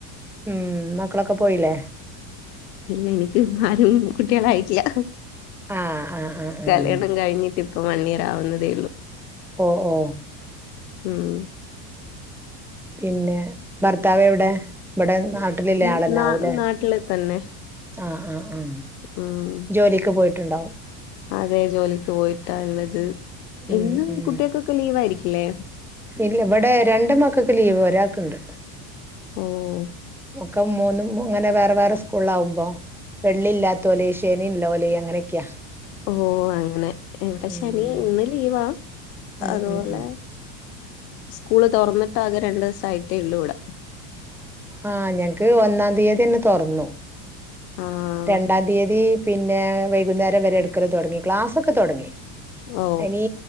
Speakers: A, in the centre; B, on the left.
A: ഉം മക്കളൊക്കെ പോയില്ലേ
B: ഇല്ല എനിക്ക് ആരും കുട്ടികളായില്ല
A: ആഹ് ആഹ് ആഹ്
B: കല്യാണം
A: ആഹ്
B: കഴിഞ്ഞിട്ട് ഇപ്പ വണ്ണിയറാവുന്നതേള്ളൂ
A: ഓ ഓ
B: ഉം
A: പിന്നെ ഭർത്താവ് എവിടെ ഇവിടെ നാട്ടിലല്ല
B: ഉം,
A: ആളന്നാവൂലേ
B: നാ നാട്ടില് തന്നെ
A: ആഹ് ആഹ് ആഹ
B: ഉം
A: ജോലിയൊക്കെ പോയിട്ടുണ്ടാവും
B: അതെ ജോലിക്ക് പോയിട്ട ഉള്ളത്
A: ഉം
B: എന്നും
A: ഉം
B: കുട്ടികൾക്കൊക്കെ ലീവ് ആയിരിക്കില്ലേ
A: ഇല്ല ഇവിടെ രണ്ട മക്കൾക്ക് ലീവ് ഒരാക്കുണ്ട്
B: ഓഹ്
A: മക്കെ മൂന്നും അങ്ങനെ വേറെ വേറെ സ്കൂള ആവുമ്പോ വെള്ളി ഇല്ലാത്തോലെ ശനിയ ഇല്ലലെ അങ്ങനെയൊക്കെയാ
B: ഓ അങ്ങനെ എവിടെ
A: ഉം
B: ശനി ഇന്ന് ലീവാ ആ
A: ഉം
B: അതുപോലെ
A: ഉം ഉം
B: സ്കൂള് തുറന്നിട്ടാകെ രണ്ട ദിവസ ആയിത്തേ ഉള്ളു ഇവിട
A: ആഹ ഞങ്ങക്ക് ഒന്നാം തീയതി തന്നെ തുറന്നു
B: ആഹ്
A: രണ്ടാം തീയതി പിന്നെ വൈകുന്നേരം വരെ എടുക്കത് തുടങ്ങി ക്ലാസ്ക്കെ തുടങ്ങി
B: ഓ
A: ഇനി